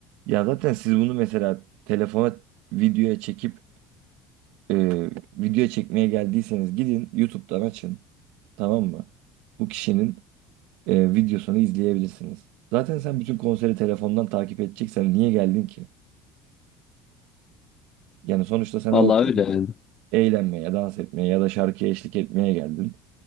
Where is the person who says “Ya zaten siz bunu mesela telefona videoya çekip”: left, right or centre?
Right